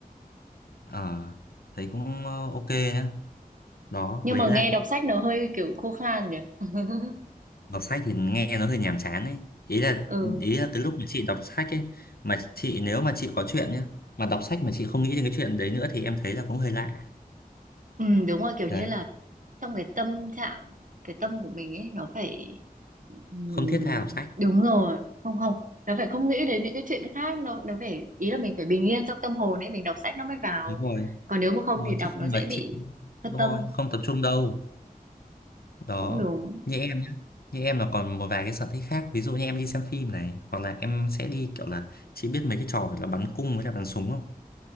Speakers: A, on the left (about 75°); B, on the right (about 55°).
A: à, thấy cũng ờ, ok nhá đó
B: nhưng
A: với
B: mà
A: lại
B: nghe đọc sách nó hơi kiểu khô khan nhỉ <laughs>
A: đọc sách thì nghe nó hơi nhàm chán ấy ý là
B: ừ
A: ý là cái lúc mà chị đọc sách ấy mà chị nếu mà chị có chuyện nhá mà đọc sách mà chị không nghĩ đến cái chuyện đấy nữa thì em thấy là cũng hơi lạ
B: Ừ, đúng rồi kiểu
A: đấy
B: như là trong cái tâm trạng cái tâm của mình ấy nó phải ừ,
A: không thiết tha đọc sách
B: đúng rồi không không nó phải không nghĩ đến những cái chuyện khác nó nó phải ý là mình phải bình yên trong tâm hồn ấy mình đọc sách nó mới vào
A: đúng rồi
B: còn nếu mà không
A: đúng
B: thì
A: rồi
B: đọc
A: chứ không
B: nó sẽ
A: là
B: bị
A: chị
B: phân
A: đúng
B: tâm
A: rồi không tập trung đâu đó
B: cũng đúng
A: như em nhé như em là còn một vài cái sở thích khác ví dụ như em đi xem phim này hoặc là em sẽ đi kiểu là chị biết mấy cái trò kiểu là bắn cung với là bắn súng không